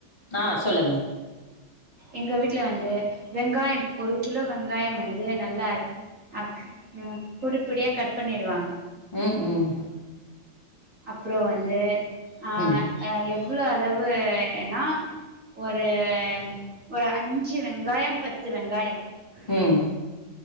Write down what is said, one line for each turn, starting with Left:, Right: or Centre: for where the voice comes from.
Left: ஆ சொல்லுங்க
Right: எங்க வீட்ல வந்து வெங்காயம் ஒரு கிலோ வெங்காய வந்து நல்லா அக் ஆ பொடி பொடியா கட் பண்ணிடுவாங்க
Left: ம் ம்
Right: அப்ரோ வந்து ஆ
Left: ம்
Right: அய யோ எவ்ளோ அளவு னா ஒரு ஒரு அஞ்சு சு வெங்காய பத்து வெங்காயம்
Left: ம்